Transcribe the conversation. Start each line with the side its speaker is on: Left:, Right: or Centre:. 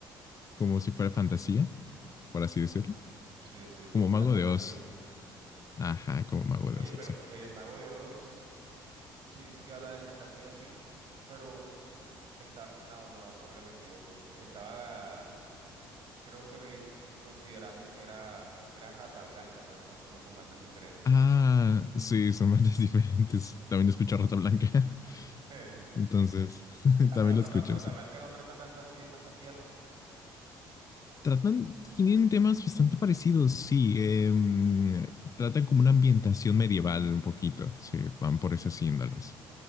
Left: como si fuera fantasía, por así decirlo.
Right: Sí, sí, te
Left: Como
Right: gusta
Left: Mago
Right: la fantasía.
Left: de Oz. Ajá, como Mago
Right: Oye,
Left: de Oz,
Right: pero
Left: exacto.
Right: eh, Mago de Oz. Sí, sí, sí, habla de fantasía, sí, pero está, no, no, creo que me equivoco. Estaba, creo que ve- considerando que era, que era Rata Blanca, pero no, creo que son bandas diferentes,
Left: Ah,
Right: sí.
Left: sí, son bandas <laughs> diferentes. También escucho a Rata Blanca.
Right: <laughs>
Left: <laughs> Entonces, <laughs>
Right: Ah,
Left: también
Right: pero Rata,
Left: lo escucho,
Right: Rata
Left: sí.
Right: Blanca no trata tanto así de fantasía, ¿no?
Left: Tratan, tienen temas bastante parecidos, sí. em, tratan como una ambientación medieval un poquito, sí, van por esas índoles.